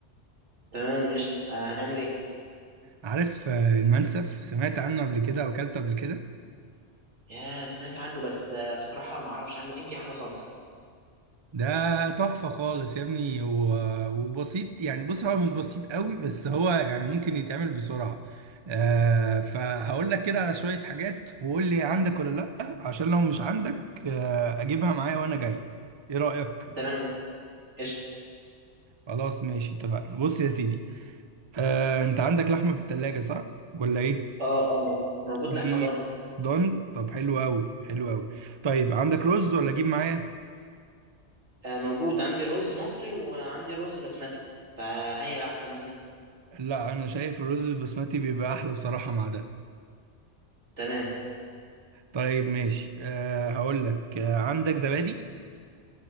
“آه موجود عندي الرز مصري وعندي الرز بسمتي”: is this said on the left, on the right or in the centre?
Right